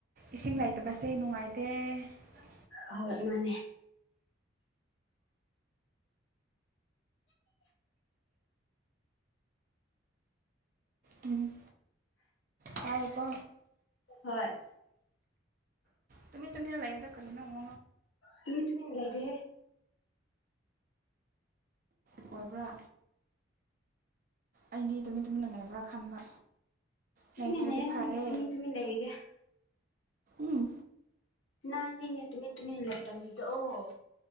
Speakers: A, on the right; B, on the left.
A: ꯏꯁꯤꯡ ꯂꯩꯇꯕꯁꯦ ꯅꯨꯡꯉꯥꯏꯇꯦ ꯇ <unintelligible> <inaudible>
B: ꯍꯣꯏ ꯃꯥꯅꯦ
A: ꯎꯝ ꯀꯥꯏꯄꯣ
B: ꯍꯣꯏ
A: ꯇꯃꯤ ꯇꯃꯤꯅ ꯂꯩꯗ ꯀꯔꯤꯅ ꯎꯡ
B: ꯇꯃꯤ ꯇꯃꯤꯅꯤ ꯂꯩꯗꯦ
A: ꯑꯣꯏꯣꯏꯕ꯭ꯔꯥ ꯑꯗꯤꯗꯃꯤꯃꯤ ꯂꯪ ꯈ꯭ꯔꯥ ꯈꯟꯕ ꯂꯩꯇ꯭ꯔꯗꯤ
B: ꯇꯨꯃꯤꯟꯅꯦ ꯅꯪꯅꯦ
A: ꯐꯔꯦ
B: ꯇꯨꯃꯤꯟ ꯇꯨꯃꯤꯟ ꯂꯩꯔꯤꯁꯦ
A: ꯎꯝ
B: ꯅꯪꯉꯏꯅꯦ ꯇꯨꯃꯤ ꯇꯃꯤꯟꯅ ꯂꯩꯗꯜꯂꯤꯗꯣ ꯑꯣ